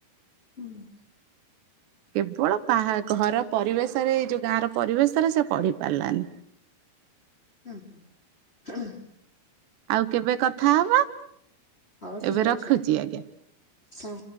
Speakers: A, on the left; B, on the right.
A: ହୁଁ
B: <inaudible> କେବଳ ପାହା ଘର ପରିବେଶରେ ଏଇ ଯୋଉ ଗାଁ ର ପରିବେଶରେ ସେ ପଢି ପାରିଲାନି।
A: ହୁଁ ହଁ
B: ଆଉ କେବେ କଥା ହବା।
A: ହଉ ଠିକ୍
B: ଏବେ
A: ଅଛି
B: ରଖୁଛି ଆଜ୍ଞା।
A: ହଁ।